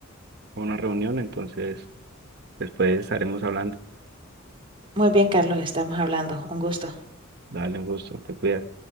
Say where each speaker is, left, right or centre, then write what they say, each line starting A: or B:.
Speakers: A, on the right; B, on the right.
A: a una reunión, entonces después estaremos hablando.
B: Muy bien, Carlos, estamos hablando. Un gusto.
A: Dale un gusto, te cuidas.